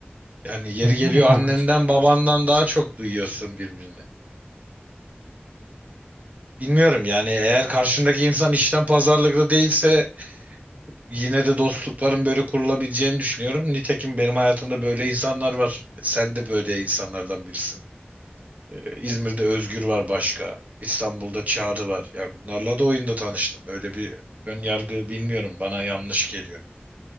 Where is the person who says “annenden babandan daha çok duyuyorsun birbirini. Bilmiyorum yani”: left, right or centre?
Right